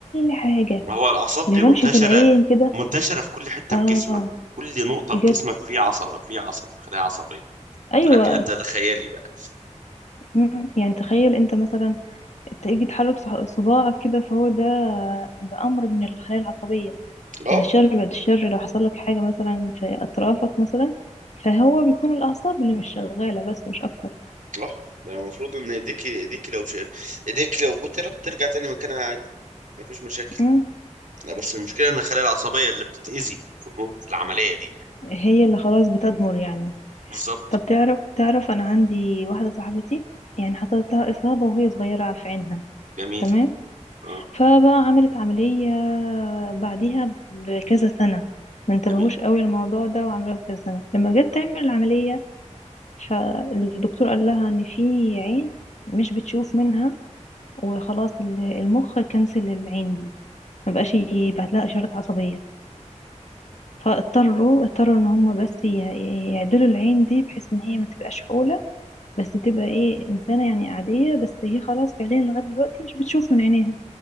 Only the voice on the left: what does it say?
حاجة
لرمشة
العين كده
اه
بجد
ايوه
أمم، يعني تخيل انت مثلا تيجي تحرك صح- صباعك كده فهو ده بأمر من الخلايا العصبية
بعد الشر بعد الشر لو حصل لك حاجة مثلا في أطرافك مثلا فهو بيكون الأعصاب اللي مش شغالة بس مش أكتر
مم.
هي اللي خلاص بتدمر يعني
طب تعرف تعرف أنا عندي واحدة صاحبتي يعني حصلت لها إصابة وهي صغيرة في عينها
تمام
فبقى عملت عملية بعديها بكذا سنة ما انتبهوش
قوي الموضوع ده وعملوها بكذا سنة لما جت تعمل العملية فالدكتور قال لها ان في عين مش بتشوف منها وخلاص ال- المخ كنسل العين دي ما بقاش يبعت لها اشارات عصبيه فاضطروا اضطروا ان هم بس ي- يعدلوا العين دي بحيث ان هي ما تبقاش حوله بس تبقى ايه انسانه يعني عاديه بس هي خلاص فعليا لغايه دلوقتي مش بتشوف من عينيها